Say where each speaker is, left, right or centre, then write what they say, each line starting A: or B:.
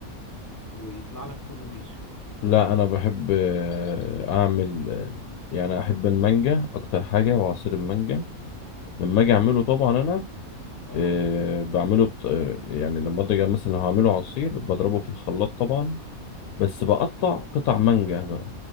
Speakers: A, on the left (about 20°); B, on the left (about 80°).
A: ويطلع لك كله ناشف
B: لا انا بحب آه، اعمل آه، يعني احب المانجا اكتر حاجه وعصير المانجا لما اجي اعمله طبعا انا
A: اه
B: آه، بعمله بط... آه، يعني لما اجي مثلا لو هعمله عصير بضربه في الخلاط طبعا بس بقطع قطع مانجا بقى